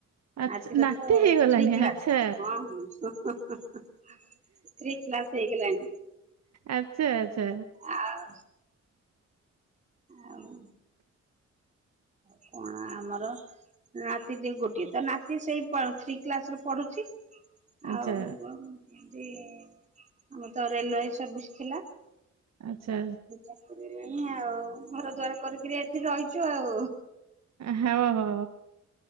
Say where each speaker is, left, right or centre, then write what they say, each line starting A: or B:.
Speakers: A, on the right (about 65°); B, on the right (about 25°).
A: ଆଚ୍ଛା
B: ଆଦିର
A: ନାତି
B: ତ
A: ହେଇଗଲାଣି
B: ଥ୍ରୀ କ୍ଲାସ।
A: ଆଚ୍ଛା।
B: ହଁ ହଁ ହଁ। ଥ୍ରୀ କ୍ଲାସ ହେଇଗଲାଣି।
A: ଆଛା ଆଛା।
B: ଆଉ। ଆଉ କଣ ଆମର। ନାତି ଟିଏ ଗୋଟିଏ ତ ନାତି ସେଇ ଥ୍ରୀ କ୍ଲାସ ରେ ପଢ଼ୁଛି।
A: ଆଚ୍ଛା।
B: ଆଉ ଯେମତି ଆମର ତ ରେଲୱ ସର୍ଭିସ ଥିଲା।
A: ଆଚ୍ଛା
B: ଚାକରି ନାହିଁ ଆଉ ଘର ଦ୍ୱାର କରିକିରି ଏଠିରହିଛୁ ଆଉ।
A: ହଉ ଆଉ।